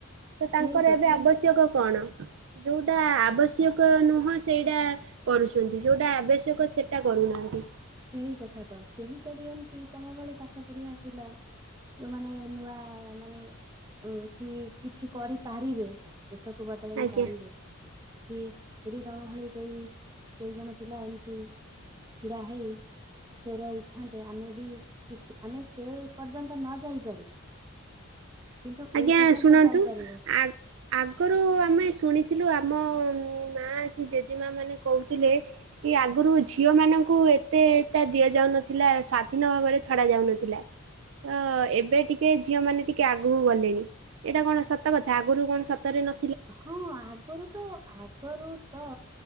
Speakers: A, on the right (about 60°); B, on the right (about 15°).
A: ତ ତାଙ୍କର
B: ସେଇ କଥା
A: ଏବେ ଆବଶ୍ୟକ କଣ? ଯୋଉଟା ଆବଶ୍ୟକ ନୁହଁ, ସେଇଟା କରୁଛନ୍ତି ଯୋଉଟା ଆବଶ୍ୟକ ସେଟା କରୁନାହାନ୍ତି।
B: ସେଇ କଥା ତ କେହି ଯଦି ଏମିତି ତମ ଭଳି ପାଠ ପଢିଆ ପିଲା। ଯୋଉମାନେ ନୂଆ ମାନେ କି କିଛି କରିପାରିବେ। ଦେଶକୁ ବଦଳେଇ
A: ଆଜ୍ଞା
B: ପାରିବେ। କି ଯଦି ତମ ଭଳି ସେଇ କେଇ ଜଣ ପିଲା ଏମତି ଛିଡା ହେଇ ସ୍ୱର ଉଠାନ୍ତେ । ଆମେ ବି କିଛି ଆମେ ସେ ପର୍ଯ୍ୟନ୍ତ ନ ଯାଇପାରୁ।
A: <inaudible>
B: କିନ୍ତୁ
A: ଆଜ୍ଞା
B: ଏଇ ପର୍ଯ୍ୟନ୍ତ
A: ଶୁଣନ୍ତୁ,
B: ଯାଇପାରିବ
A: ଆ ଆଗରୁ ଆମେ ଶୁଣିଥିଲୁ ଆମ ହଁ ବା। ମା କି ଜେଜେମା ମାନେ କହୁଥିଲେ, କି ଆଗରୁ ଝିଅ ମାନଙ୍କୁ ଏତେ ତା ଦିଆଯାଉନଥିଲା ସ୍ଵାଧୀନ ଭାବରେ ଛଡା ଯାଉନଥିଲା। ତ ଏବେ ଟିକେ ଝିଅ ମାନେ ଟିକେ ଆଗ ଆଗକୁ ଗଲେଣି, ଏଇଟା କଣ ସତ କଥା ଆଗରୁ କଣ ସତରେ ନ
B: ହଁ ଆଗରୁ ତ ଆଗରୁ ତ